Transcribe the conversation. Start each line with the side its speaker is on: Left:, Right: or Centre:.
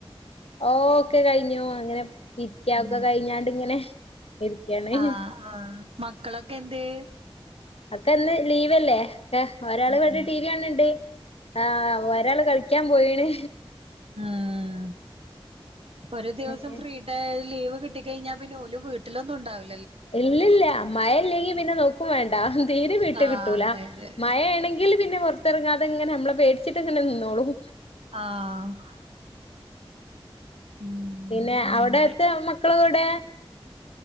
Left: ഓ ഒക്കെ കഴിഞ്ഞു അങ്ങനെ ഇരിക്ക
Right: ഉം
Left: ഒക്കെ കഴിഞ്ഞാണ്ട് ഇങ്ങനെ ഇരിക്കാണ്
Right: ആഹ് ആഹ് മക്കളൊക്കെ എന്തിയേ
Left: അവക്ക്ന്ന് ലീവല്ലേ? ഒരാള്
Right: ഉം
Left: ഇവടെ ടി വി കാണിണ്ട് ആ ഒരാള് കളിക്കാൻ പോയിണ്
Right: ആഹ് ഒര് ദിവസം
Left: ഏഹ്
Right: ഫ്രീ ട്ടെ ലീവ് കിട്ടി കഴിഞ്ഞാ പിന്നെ ഒല് വീട്ടിലൊന്നുംണ്ടാവി
Left: ഇല്ലല്ല മയ ഇല്ലെങ്കി പിന്നെ നോ ക്കു വേണ്ട തീരെ വീട്ടി
Right: ആഹ്
Left: കിട്ടൂല
Right: അതെ അതെ
Left: മയയാണെങ്കിൽ പിന്നെ പോ ത്തെറങ്ങാതെ ഇങ്ങനെ മ്മളെ പെടിച്ചിട്ട് ഇങ്ങനെ നിന്നോളും
Right: ആഹ് ഉം
Left: പിന്നെ
Right: അങ്ങനെ
Left: അവടെത്തെ മക്കളെവടെ എവടെ?